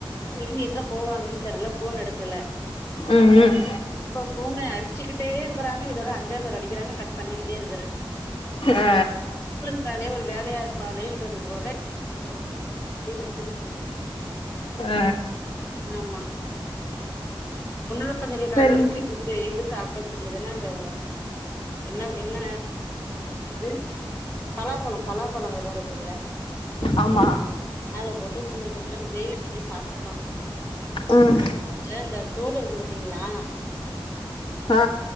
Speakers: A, on the left (about 30°); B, on the left (about 75°).
A: டெய்லி எங்க போவாங்கன்னு தெர்ல போன் எடுக்கல
B: ம் ம்
A: இப்ப போன அடிச்சுக்கிட்டே இரு இதுவே அஞ்சாதர அடிக்கிறாங்க கட் பண்ணிக்கிட்டே இருக்குற
B: அ
A: கட் பண்றாலே ஒரு வேலயாருப் ப்பாளேன்றது கூட தெரியாத <inaudible> வச்சிருக்காங்க
B: அ
A: ஆமா ஒன்னு தெரிய கால்லே
B: சரி
A: இட்லி குட்த எது சாப்ட்டோ சொன்னதுன்னா இந்த என்ன என்ன இது பலாப்பழம் பலாப்பழோ வெத இருக்குல்ல
B: ஆமா
A: அத போட்டு <unintelligible> கொஞ்சம் கிரேவி பண்ணி சாப்ட்டோ
B: ம்
A: அது இந்த தோலு இருக்கு பாத்தீங்ளா
B: ஆ